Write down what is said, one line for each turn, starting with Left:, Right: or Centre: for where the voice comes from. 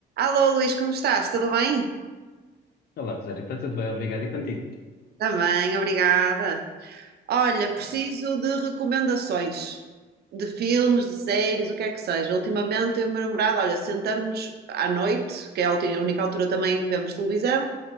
Right: Alô, Luís, como estás? Tudo bem?
Left: Olá, Rosário, está tudo bem? Obrigado. E contigo?
Right: Também, obrigada. Olha,
Left: Boa.
Right: preciso de recomendações de filmes, de séries, o que é que seja. Ultimamente, eu e o meu namorado, olha, sentamos-nos à noite, que é a ulti- a única altura também em que vemos televisão,